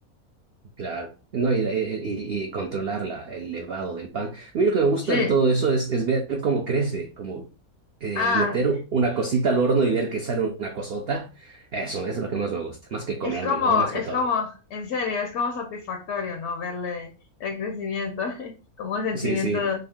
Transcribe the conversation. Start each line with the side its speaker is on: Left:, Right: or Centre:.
Right: claro. No, y, y- y controlar la- el levado del pan. A mí lo que me gusta
Left: Sí.
Right: de todo eso es, es ver cómo crece, como eh,
Left: Ah,
Right: meter una cosita al horno y ver que sale una cosota. Eso, eso es lo que más me gusta, más que comérmelo,
Left: Es como,
Right: más
Left: es
Right: que todo.
Left: como, en serio, es como satisfactorio, ¿no? Verle el crecimiento, <laughs> como un sentimiento
Right: Sí, sí.